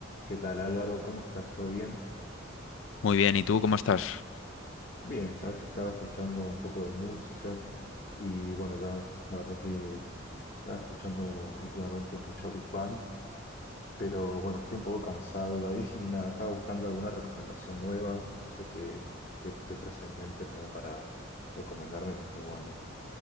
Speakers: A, on the left; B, on the left.
A: ¿Qué tal Álvaro? ¿Cómo estás? ¿Todo bien?
B: Muy bien, ¿y tú cómo estás?
A: Bien, sabes que estaba escuchando un poco de música y bueno, ya la verdad que estaba escuchando últimamente mucho Big Band, pero bueno, estoy un poco cansado de ahí y nada, estaba buscando alguna recomendación nueva, no sé qué, qué tendrás en mente como para recomendarme que esté bueno.